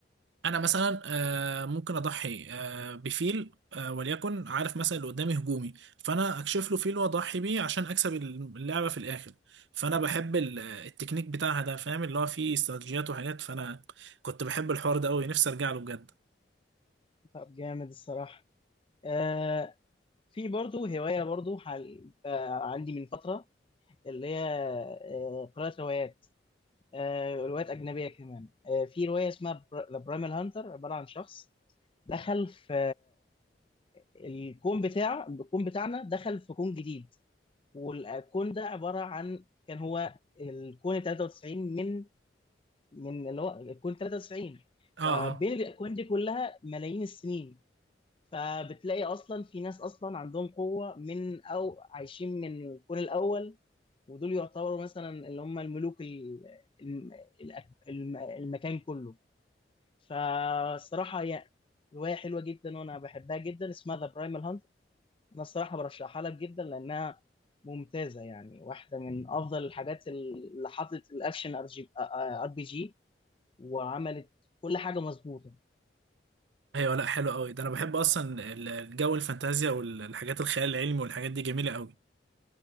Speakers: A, on the right; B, on the left.
A: انا مثلا آه، ممكن اضحي آه، بفيل آه، وليكن عارف مثلا اللي قدامي هجومي فانا اكشف له فيل واضحي بيه عشان اكسب اللعبه في الاخر فانا بحب ال- التكنيك بتاعها ده فاهم اللي هو فيه استراتيجيات وحاجات فانا كنت بحب الحوار ده قوي نفسي ارجع له بجد
B: طب جامد الصراحة آه في برضو هواية برضو حال... آه عندي من فترة اللي هي آه قراءة روايات آه روايات أجنبية كمان آه في رواية اسمها ذا برايمال هانتر عبارة عن شخص دخل في الكون بتاع الكون بتاعنا دخل في كون جديد والكون ده عبارة عن كان هو الكون 93 من من اللي هو الكون 93
A: اه
B: فبين
A: اه
B: الاكوان دي كلها ملايين السنين فبتلاقي اصلا في ناس اصلا عندهم قوه من او عايشين من الكون الاول ودول يعتبروا مثلا اللي هم الملوك ال- الم- الأك- الم- المكان كله فالصراحه هي روايه حلوه جدا وانا بحبها جدا اسمها ذا برايمال انا الصراحه برشحها لك جدا لانها ممتازه يعني واحده من افضل الحاجات اللي حطت الاكشن ار جي ار بي جي وعملت كل حاجه مظبوطه
A: ايوه لا حلو قوي ده انا بحب اصلا ال- الجو الفانتازيا والحاجات الخيال العلمي والحاجات دي جميله قوي